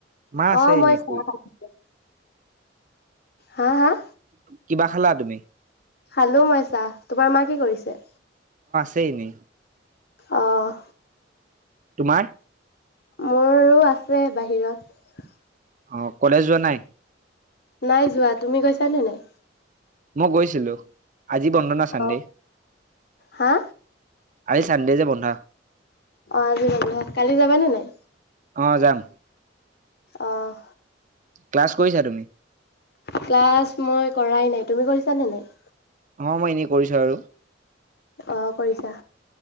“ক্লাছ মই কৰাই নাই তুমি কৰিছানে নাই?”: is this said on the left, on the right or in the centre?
Left